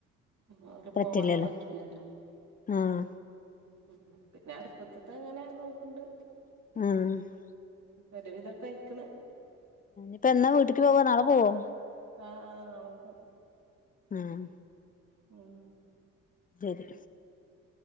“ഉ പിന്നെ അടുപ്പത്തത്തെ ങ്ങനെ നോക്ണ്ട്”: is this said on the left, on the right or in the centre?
Right